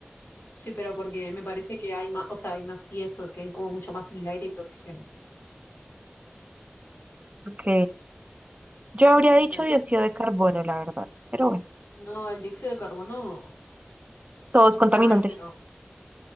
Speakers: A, on the left; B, on the right.
A: Sí, pero porque me parece que hay más, o sea, hay más y eso, que hay como mucho más en el aire que oxígeno.
B: Ok. Yo habría
A: ¿viste?
B: dicho dióxido de carbono, la verdad, pero bueno,
A: No, el dióxido de carbono,
B: todo es
A: o
B: contaminante.
A: sea, hay, pero,